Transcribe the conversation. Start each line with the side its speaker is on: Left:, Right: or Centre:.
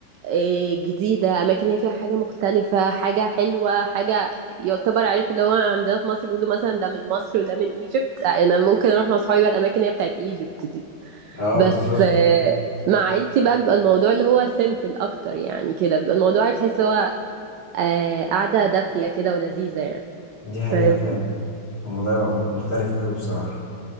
Right: إيه، جديدة أماكن هي فيها حاجة مختلفة حاجة حلوة حاجة يعتبر عارف اللي هو عندنا في مصر بيقولوا مثلا ده من مصر وده من ايجيبت آه، أنا ممكن أروح مع أصحابي بقى الأماكن اللي هي بتاعت ايجيبت دي
Left: أه
Right: بس
Left: بالظبط
Right: آه، مع عيلتي بقى بيبقى الموضوع اللي هو سيمبل أكتر يعني كده بيبقى الموضوع عارف تحس اللي هو آه، قعدة دافية كده ولذيذة يعني
Left: دي حقيقة
Right: فاهمني
Left: فعلا الموضوع يبقى مختلف قوي بصراحة